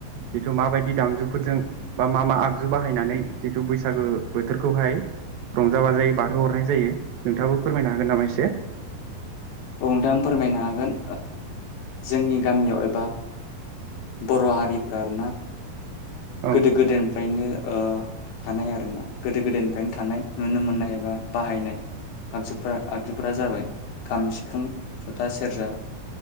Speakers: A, on the right; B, on the left.
A: जिथु माबायदि दामजुफोरजों बा मा मा आगजु बाहायनानै जिथु बैसागो बोथोरखौहाय रंजा बाजायै बारहो हरनाय जायो नोंथाङाबो फोरमायनो हागोन नामा एसे
B: नोंथां फोरमायनो हागोन जोंनि गामियाव एबा बर' हारिफ्रा आरोना
A: औ
B: गोदो गोदायनिफ्रायनो ओ थानाय आरोना गोदो गोदायनिफ्रायनो थानाय नुनो मोननाय एबा बाहायनाय आगजुफ्रा आगजुफोरा जाबाय खाम सिफुं जथा सेरजा